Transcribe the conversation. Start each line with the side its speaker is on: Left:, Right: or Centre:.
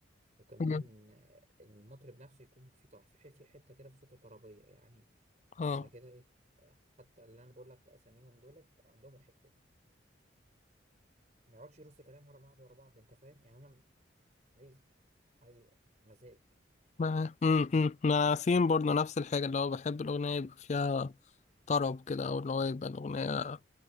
Right: وكمان
Left: امم
Right: آه، المطرب نفسه يكون في طع في ح- في حته كده في صوته طربيه يعني
Left: اه
Right: عشان كده ايه آه، حتى اللي انا بقول لك اساميهم دولت عندهم الحته دي ما يقعدش يرص كلام ورا بعض ورا بعض انت فاهم يعني انا عايز عايز مزاج
Left: مع امم امم مع ياسين برضه نفس الحاجة اللي هو بحب الأغنية يبقى فيها طرب كده أو اللي هو يبقى الأغنية